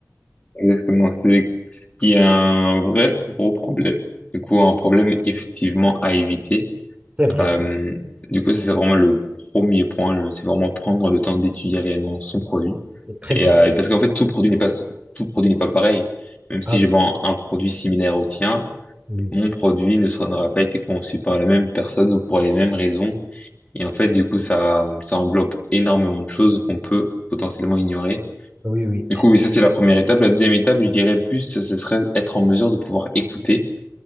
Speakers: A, on the left; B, on the right.
A: exactement. C'est ce qui est un vrai gros problème. Du coup, un problème effectivement à éviter.
B: C'est vrai,
A: Euh, du coup, ça, c'est vraiment le premier point. le- C'est vraiment prendre le temps d'étudier réellement son produit.
B: c'est très
A: Et,
B: bien.
A: euh, et parce qu'en fait, tout produit n'est pas si, tout produit n'est pas pareil. Même si
B: Ah oui,
A: je vends un produit similaire au tien,
B: oui,
A: mon produit ne sera, n'aura pas été conçu par la même personne ou pour les mêmes raisons. Et en fait, du coup, ça, ça enveloppe énormément de choses qu'on peut potentiellement ignorer.
B: oui, oui.
A: Du coup, oui, ça c'est la première étape. La deuxième étape, je dirais plus, ce serait être en mesure de pouvoir écouter